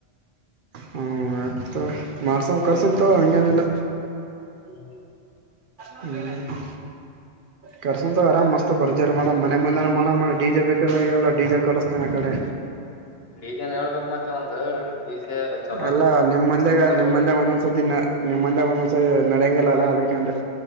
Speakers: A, on the right; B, on the left.
A: ಹ್ಮ ಆತ ಮಾಡ್ಸ ಕರ್ಸಂತ ಹಂಗೇನಿಲ್ಲ
B: ಹ್ಮ
A: ಹ್ ಕರ್ಸಂತು ಆರಾಮ್ಸ್ತ್ ಬರ್ಜಾರ ಮಾಡ ಮನೆ ಮುಂದ ಮಾಡ ಮಾಡ ಡೀಜೆ ಬೇಕಂದ್ರ ಹೇಳ ಡೀಜಾ ಕಡಿಸತೇನ ಆ ಕಡೆ
B: ಡಿ ಜೆ ನು ಹೇಳ್ಬಕ್ ಮತ್ತೆ ಒಂದು ಡಿಜೆ ಚಲೋ
A: ಎಲ್ಲ ನಿಮ್ಮ್ ಮಂದ್ಯಾಗ
B: ತರ್ಬೇಕ
A: ನಿಮ್ ಮಂದಾಗ ಒಂದೊಂದ್ಸತಿ ನಾ ನಿಮ್ಮಂದ ಒಂದೊಂದ್ಸ ನಡೆಯಂಗಿಲ್ಲ ಅಲ್ಲ ಅದು ಅದಕ ಅಂದ್ರೆ